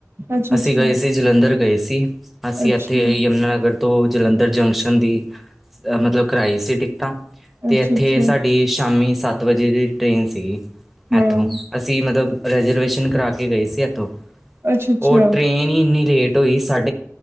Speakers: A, on the right (about 50°); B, in the centre.
A: ਅੱਛਾ-ਅੱਛਾ,
B: ਅਸੀਂ ਗਏ ਸੀ ਜਲੰਧਰ ਗਏ ਸੀ ਅਸੀਂ
A: ਅੱਛਾ,
B: ਇੱਥੇ ਯਮੁਨਾਨਗਰ ਤੋਂ ਜਲੰਧਰ ਜੰਕਸ਼ਨ ਦੀ ਮਤਲਬ ਕਰਵਾਈ ਸੀ ਟਿਕਟਾਂ ਤੇ
A: ਅੱਛਾ-ਅੱਛਾ,
B: ਇੱਥੇ ਸਾਡੀ ਸ਼ਾਮੀ ਸੱਤ ਵਜੇ ਦੀ ਟ੍ਰੇਨ ਸੀਗੀ
A: ਹਾਂ,
B: ਇੱਥੋਂ। ਅਸੀਂ ਮਤਲਬ ਰਿਜਰਵੇਸ਼ਨ ਕਰਾ ਕੇ ਗਏ ਸੀ ਇੱਥੋਂ
A: ਅੱਛਾ-ਅੱਛਾ
B: ਉਹ ਟ੍ਰੇਨ ਇੰਨੀ ਲੇਟ ਹੋਈ ਸਾਡੀ।